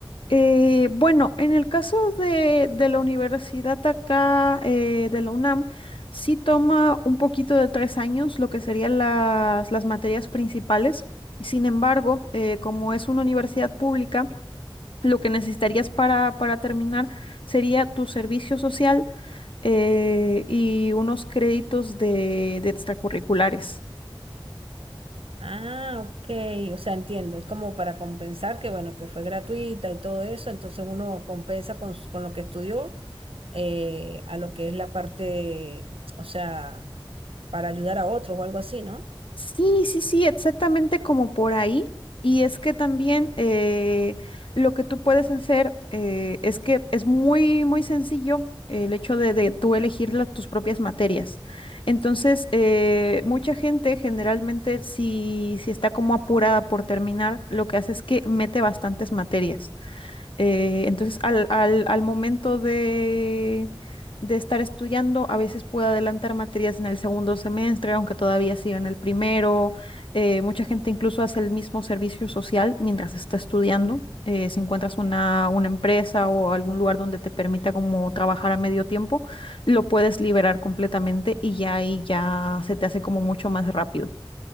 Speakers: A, on the left; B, on the right.
A: Eh, bueno, en el caso de, de la universidad acá, eh, de la UNAM, sí toma un poquito de tres años lo que serían las, las materias principales. Sin embargo, eh, como es una universidad pública, lo que necesitarías para, para terminar sería tu servicio social eh, y unos créditos de, de extracurriculares.
B: Ah, ok, o sea, entiendo, es como para compensar que, bueno, que fue gratuita y todo eso, entonces uno compensa con, s- con lo que estudió eh, a lo que es la parte, o sea, para ayudar a otros o algo así, ¿no?
A: Sí, sí, sí, exactamente como por ahí. Y es que también eh, lo que tú puedes hacer eh, es que es muy, muy sencillo el hecho de, de tú elegir la- tus propias materias. Entonces, eh, mucha gente generalmente si, si está como apurada por terminar, lo que hace es que mete bastantes materias. Eh, entonces, al, al, al momento de, de estar estudiando, a veces puedo adelantar materias en el segundo semestre, aunque todavía siga en el primero. Eh, mucha gente incluso hace el mismo servicio social mientras está estudiando. Eh, si encuentras una, una empresa o algún lugar donde te permita como trabajar a medio tiempo, lo puedes liberar completamente y ya ahí ya se te hace como mucho más rápido.